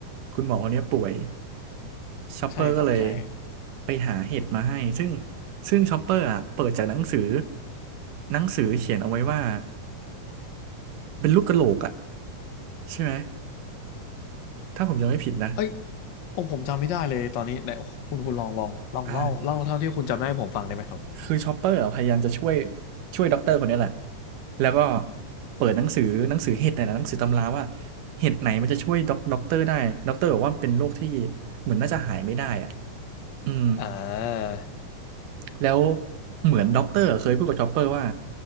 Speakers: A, on the right; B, on the left.
A: คุณหมอคนเนี้ยป่วยช็อปเปอร์ก็เลย
B: ใช่ครับใช่
A: ไปหาเห็ดมาให้ซึ่งซึ่งช็อปเปอร์อ่ะเปิดจากหนังสือหนังสือเขียนเอาไว้ว่าเป็นลูกกะโหลกอ่ะใช่ไหมถ้าผมจำไม่ผิดนะ
B: เอ้ยโอ้ผมจำไม่ได้เลยตอนนี้ไหนโอ้คุณคุณลองลองลองเล่าเล่าเท่าที่คุณจำได้ให้ผมฟังได้ไหมครับ
A: อ่า คือชอปเปอร์อะพยายามจะช่วยช่วยด็อกเตอร์คนนี้แหละ แล้วก็เปิดหนังสือหนังสือเห็ดเนี่ยนะหนังสือตำราว่าเห็ดไหนมันจะช่วยด็อกด็อกเตอร์ได้ ด็อกเตอร์บอกว่าเป็นโรคที่เหมือนน่าจะหายไม่ได้อะอืม
B: อ่า
A: แล้วเหมือนด็อกเตอร์เคยพูดกับชอปเปอร์ว่า